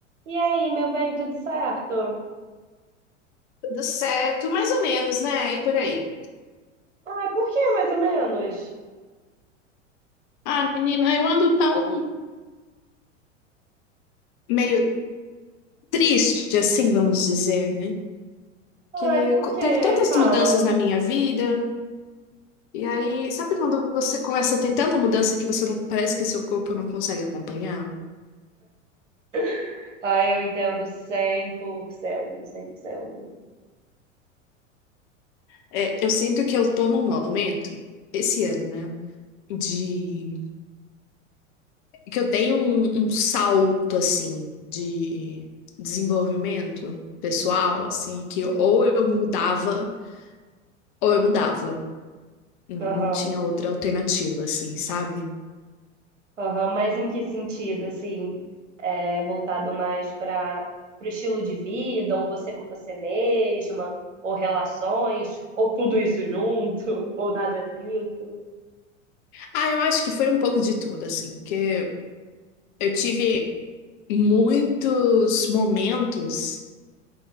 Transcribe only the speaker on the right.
E aí, meu bem, tudo certo?
Ai, por que mais ou menos?
Ai,
por
que?
Fala.
<laughs> Ai, eu entendo cem cem por cento, cem por cento.
Aham,
aham. Mas em que sentido, assim? É, voltado mais para o estilo de vida, ou você com você mesma, ou relações, ou tudo isso junto, ou nada disso?